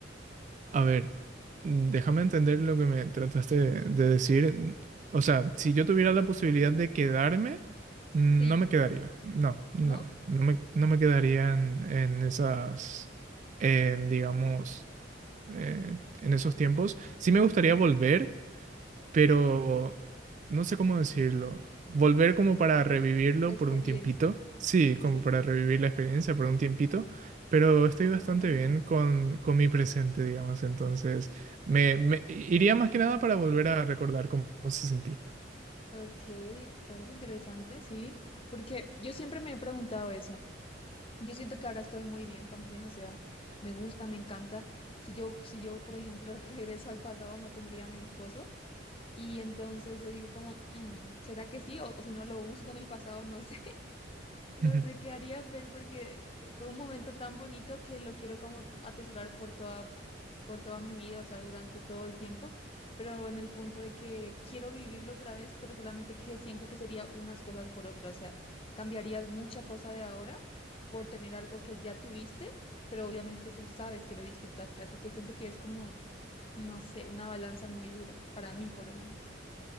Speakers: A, on the right (about 40°); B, on the left (about 30°).
A: A ver. Mm, Déjame entender lo que me trataste de, de decir. Mm, O sea, si yo tuviera la posibilidad de quedarme, mm,
B: Sí,
A: no me quedaría. No, no,
B: ¿no?
A: no me, no me quedaría en, en esas, eh, digamos, eh, en esos tiempos. Sí me gustaría volver, pero no sé cómo decirlo. Volver como para revivirlo
B: La experiencia.
A: por un tiempito. Sí, como
B: Sí.
A: para revivir la experiencia por un tiempito, pero estoy
B: Oh,
A: bastante bien con, con mi presente, digamos. Entonces, me, me iría más que nada para volver a recordar cómo, cómo se sentía.
B: ok, pues interesante, sí. Porque yo siempre me he preguntado eso. Yo siento que ahora estoy muy bien también, o sea, me gusta, me encanta. Si yo, si yo, por ejemplo, <laughs> regreso al pasado, no tendría a mi esposo. Y entonces yo digo como, "Mm, ¿será que sí? O, o si no lo busco en el pasado, no sé, <laughs> no
A: <laughs>
B: sé qué haría, pero porque eh, fue un momento tan bonito que lo quiero como atesorar por toda, por toda mi vida, o sea, durante todo el tiempo, pero en el punto de que quiero vivirlo otra vez, pero solamente que siento que sería unas cosas por otras, o sea, cambiarías mucha cosa de ahora por tener algo que ya tuviste, pero obviamente tú sabes que lo disfrutaste, así que siento que es como, no sé, una balanza muy dura, para mí por lo menos.